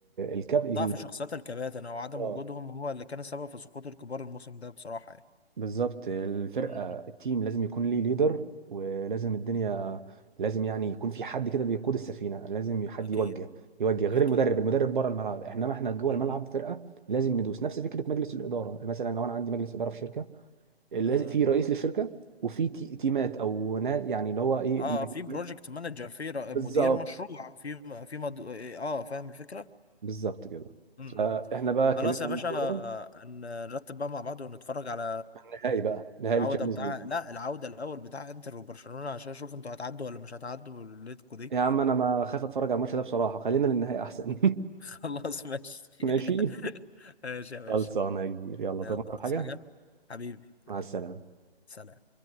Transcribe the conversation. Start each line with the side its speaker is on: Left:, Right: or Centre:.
Right: الكاب ال-
Left: ضعف شخصيات الكباتن او عدم
Right: اه
Left: وجودهم هو اللي كان السبب في سقوط الكبار الموسم ده بصراحه يعني
Right: بالظبط الفرقه
Left: مم،
Right: التيم لازم يكون ليه ليدر ولازم الدنيا لازم يعني يكون في حد كده بيقود السفينه لازم حد
Left: اكيد
Right: يوجه يوجه غير
Left: اكيد
Right: المدرب المدرب بره الملعب انما احنا جوه
Left: مم.
Right: الملعب فرقه لازم ندوس نفس فكره مجلس الاداره مثلا لو انا عندي مجلس اداره في شركه لازم
Left: آه.
Right: في رئيس للشركه وفي تي- تيمات او ناس يعني اللي هو ايه
Left: اه
Right: مج-
Left: في بروجكت
Right: مج-
Left: مانجر في ر-
Right: بالظبط
Left: مدير مشروع في م- في مد... اه فاهم الفكرة
Right: بالظبط كده
Left: امم
Right: فاحنا بقى اتكلمنا
Left: خلاص يا باشا
Right: عن الكوره
Left: ن- نرتب بقى مع بعض ونتفرج على
Right: النهائي بقى نهائي
Left: العودة
Right: الشامبيونز
Left: بتاع
Right: ليج
Left: لا العودة الأول بتاع انتر وبرشلونة عشان اشوف انتوا هتعدوا ولا مش هتعدوا بالليتكو دي
Right: يا عم انا ما خايف اتفرج على الماتش ده بصراحه خلينا للنهائي احسن
Left: <laughs> خلاص ماشي
Right: <laughs> ماشي
Left: <laughs> ماشي يا باشا
Right: خلصانه يا كبير يلا طب
Left: يلا تصحى
Right: حاجه
Left: حاجة حبيبي
Right: مع
Left: حبيبي
Right: السلامه
Left: سلام